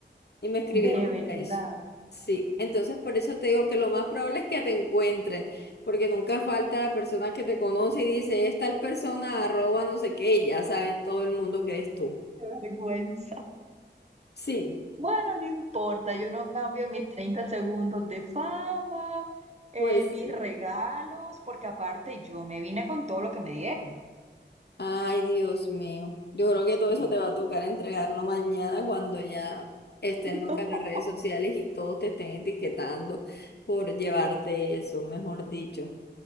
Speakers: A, on the left; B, on the right.
A: y me escribieron
B: De verdad,
A: para eso. Sí, entonces por eso te digo que lo más probable es que te encuentren, porque nunca falta la persona que te conoce y dice, es tal persona, arroba, no sé qué, y ya sabe todo el mundo que eres tú.
B: qué vergüenza.
A: Sí,
B: Bueno, no importa, yo no cambio mis 30 segundos de fama, eh,
A: pues
B: mis
A: sí.
B: regalos, porque aparte yo me vine con todo lo que me dieron.
A: Ay, Dios mío. Yo creo que todo
B: Sí.
A: eso te va a tocar entregarlo mañana cuando ya estén
B: <laughs>
A: locas
B: No,
A: las redes sociales y todos te estén etiquetando por llevarte eso, mejor dicho.